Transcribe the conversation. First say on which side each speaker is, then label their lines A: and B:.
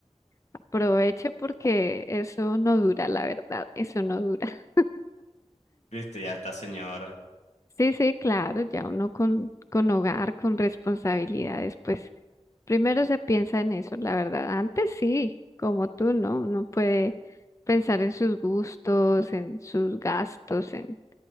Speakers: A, on the left; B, on the left.
A: aproveche porque eso no dura, la verdad, eso no dura. <laughs>
B: Listo, ya está, señor.
A: Sí, sí, claro, ya uno con, con hogar, con responsabilidades, pues primero se piensa en eso, la verdad. Antes sí, como tú, ¿no? Uno puede pensar en sus gustos, en sus gastos, en